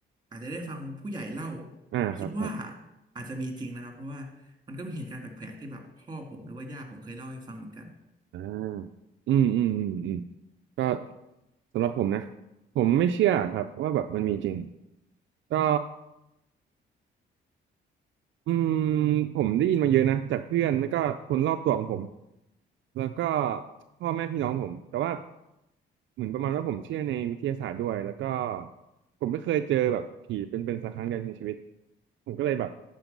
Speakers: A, on the right (about 20°); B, on the right (about 70°).
A: อาจจะได้ฟังผู้ใหญ่เล่า
B: อ่าครับครับ
A: คิดว่าอาจจะมีจริงนะครับเพราะว่ามันก็มีเหตุการณ์แปลกๆที่แบบพ่อผมหรือว่าย่าผมเคยเล่าให้ฟังเหมือนกัน
B: อ่าอืมอืมอืมอืมก็สำหรับผมนะ ผมไม่เชื่อครับว่าแบบมันมีจริงก็ อืมผมได้ยินมาเยอะนะจากเพื่อนแล้วก็คนรอบตัวของผมแล้วก็พ่อแม่พี่น้องผมแต่ว่าเหมือนประมาณว่าผมเชื่อในวิทยาศาสตร์ด้วยแล้วก็ผมไม่เคยเจอแบบผีเป็นๆสักครั้งเดียวในชีวิตผมก็เลยแบบ